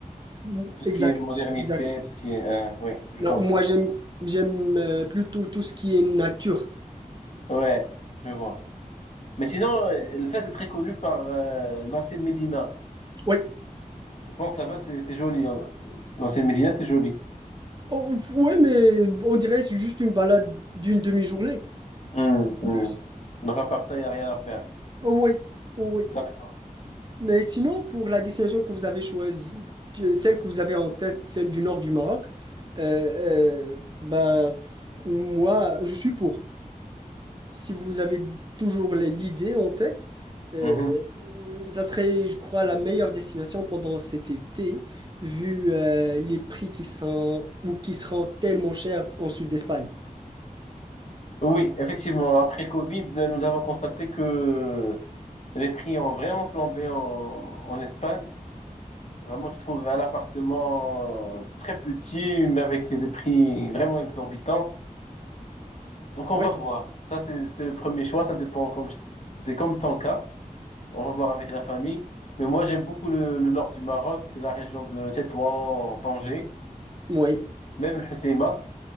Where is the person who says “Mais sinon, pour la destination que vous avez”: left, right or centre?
Right